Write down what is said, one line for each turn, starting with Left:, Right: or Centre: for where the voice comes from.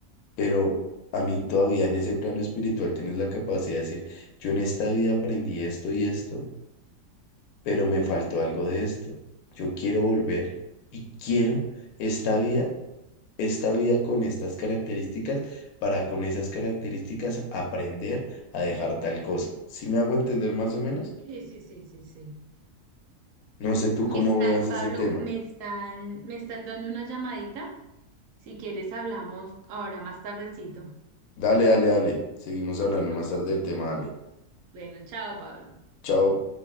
Left: pero a mí todavía en ese plano espiritual tienes la capacidad de decir, yo en esta vida aprendí esto y esto, pero me faltó algo de esto. Yo quiero volver y quiero esta vida, esta vida con estas características, para con esas características aprender a dejar tal cosa. ¿Sí me hago entender más o menos?
Right: Sí, sí, sí, sí, sí.
Left: No sé tú
Right: Me
Left: cómo
Right: están,
Left: veas ese
Right: Pablo,
Left: tema.
Right: me están, me está entrando una llamadita. Si quieres, hablamos ahora más tardecito.
Left: Dale, dale, dale. Seguimos
Right: Listo.
Left: hablando más tarde del tema, dale.
Right: Bueno, chao, Pablo.
Left: Chao.